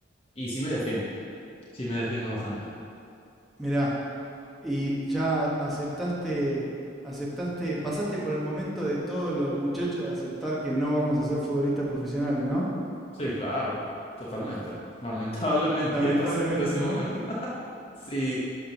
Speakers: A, on the left; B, in the centre.
A: y sí me defiendo, sí me defiendo bastante.
B: Mirá. Y ya aceptaste, aceptaste, pasaste por el momento de todos los muchachos de aceptar que no vamos a ser futbolistas profesionales, ¿no?
A: Sí, claro, totalmente. <laughs> Lamentablemente
B: Lamentablemente,
A: ya pasé por ese
B: ¿no?
A: momento. <laughs> Sí,